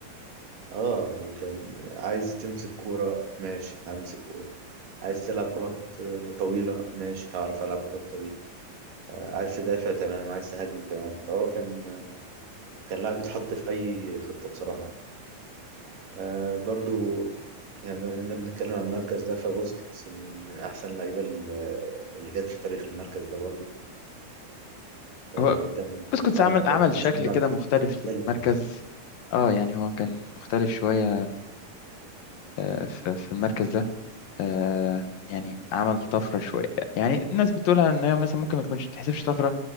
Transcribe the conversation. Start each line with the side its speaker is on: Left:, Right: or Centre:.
Right: اه وكان عايز تمسك كورة ماشي همسك كورة عايز تلعب كرات آه، طويلة ماشي هعرف ألعب كرات طويلة آه، عايز تدافع تمام عايز تهاجم تمام فهو كان كان لاعب بيتحط في أي خطة بصراحة يعني. آه برضو يعني بما إننا بنتكلم عن المركز ده فبوسكيتس من من أحسن اللعيبة اللي اللي جت في تاريخ المركز ده برضو آه
Left: هو
Right: كان
Left: بس
Right: كان
Left: كنت
Right: لاعب
Left: عمل عمل
Right: نص
Left: شكل
Right: ملعب
Left: كده مختلف
Right: مختلف
Left: للمركز
Right: يعني
Left: اه يعني هو كان مختلف شوية آه، في في المركز ده آه، يعني عمل طفرة شوية يعني الناس بتقولها ان هي مثلا ممكن ما تكونش تحسبش طفرة